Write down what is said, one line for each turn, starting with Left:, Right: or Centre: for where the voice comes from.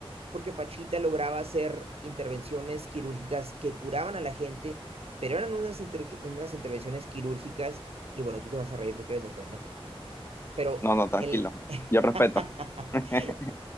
Right: porque Pachita lograba hacer intervenciones quirúrgicas que curaban a la gente, pero eran unas, inter- unas intervenciones quirúrgicas, y bueno, tú te vas a reír porque eres doctor, ¿no? Pero
Left: No, no, tranquilo,
Right: en,
Left: yo respeto.
Right: <laughs>
Left: <laughs>